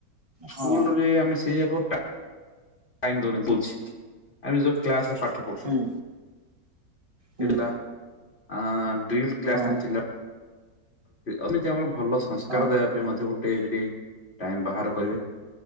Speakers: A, on the left; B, on the right.
A: ସ୍କୁଲରେ
B: ହଁ
A: ଆମେ ସେଇ <unintelligible> ଟାଇମ <unintelligible> ଆମ ଯେତେବେଳେ କ୍ଲାସରେ ପାଠ ପଢୁଥିଲେ।
B: ହୁଁ ହୁଁ
A: ଇଲା ଅ ଡ୍ରି କ୍ଲାସ୍
B: ହଁ
A: ଥିଲା। ଏମିତି ଆମର ଭଲ ସଂସ୍କାର
B: ହଁ
A: ଦେବା ପାଇଁ ମଧ୍ୟ ଗୋଟେ ଯଦି ଟାଇମ ବାହାର କରିବେ।